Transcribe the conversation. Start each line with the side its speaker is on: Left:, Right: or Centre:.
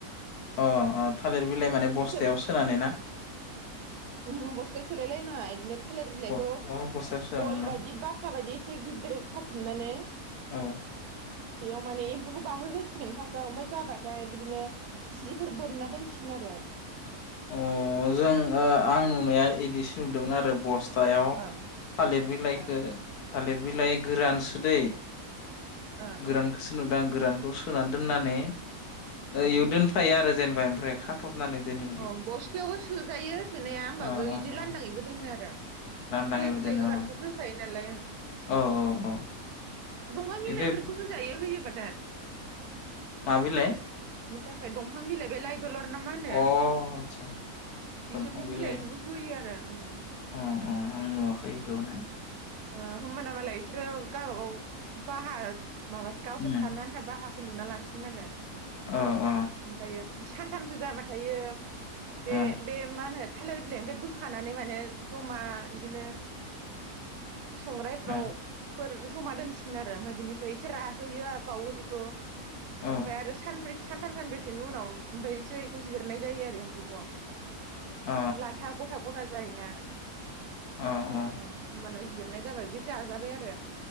Left: अ अ थालिर बिलाइ माने बस्थायाव
Right: फिथोब
Left: सोनानै ना
Right: ओ बस्थायाव सोलाय लायनाङा इदिनो थालिर बिलाइखौ
Left: अ अ बस्थायाव सोआमोन
Right: गल
Left: न
Right: बायदि बासा बायदि एसे गिदिर खाथुमनानै
Left: औ
Right: बेयाव माने एम्फौखौ बाहोगोरसिगोन फार्स्टआव ओमफ्राय जाबाथाय बिदिनो जिफोर बोनना दोनसि गोन‌ आरो
Left: अ जों ओ आं नुनाया इदिसो नुदोंमोन आरो बस्त थायाव
Right: ओ
Left: थालिर बिलाइखो
Right: ओ
Left: थालिर बिलाइ गोरानसो दै
Right: ओ
Left: गोरानखोसो नुदान गोरानखौ सोना दोननानै
Right: ओ
Left: ओइ उ दोनफायो आरो जेनबा ओनफ्राय खाथु थबनानै दोनोलै
Right: अ बस्थायावबो सोजायो सोनाया होमबाबो
Left: ओ
Right: इदि
Left: ओ
Right: लान्दाङैबो दोनो आरो।
Left: लांदाङैबो
Right: थालिर बिलाइ
Left: दोनो
Right: गोरानखौसो
Left: अ
Right: होखायो नालाय ओं
Left: औ औ औ
Right: दंफां बिलाइफोरबो
Left: ओमफ्राय
Right: होजायो होयोबा <unintelligible>
Left: मा बिलाइ
Right: थाखाय दंफां बिलाइ बे लाइ दलद ना नामा होनो
Left: अ आदसा
Right: बिसोरनि
Left: दंफां बिलाइ
Right: बिलाइखौबो होयो आरो उम
Left: अ अ आं नुवाखै इखौहाय
Right: ओ होमबाना मालाय इसोरो गावबा गाव बाहार माबासो गावसो
Left: उम
Right: थानो आनथा बाहा लुना लासिगोन आरो
Left: अ औ
Right: ओमफ्रायो सानथामसो जाबा थायो
Left: अ
Right: बे बे मा होनो थालिर बिलाइ ओमफ्राय बोखानानै माने जमा इदिनो संग्रायफ्राव
Left: अ
Right: फोर जमा दोनसिगोन आरो ओमफ्राय बिनिफ्राय एसे राहोयो बावो बेखौ
Left: औ
Right: ओमफ्राय आरो सानब्रै सानथाम सानब्रैसोनि उनाव ओमफायसो इखो जिरनाय जायो आरो एम्फौखौ
Left: अ
Right: लाथा ग'था ग'था जायोना
Left: औ औ
Right: अ ओमबाना जिरनाय जाबाय बे जाजाबाय आरो